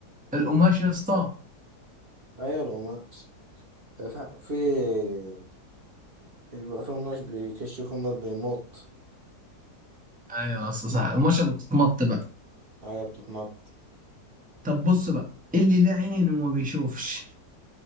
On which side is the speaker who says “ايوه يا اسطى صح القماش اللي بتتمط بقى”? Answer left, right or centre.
Centre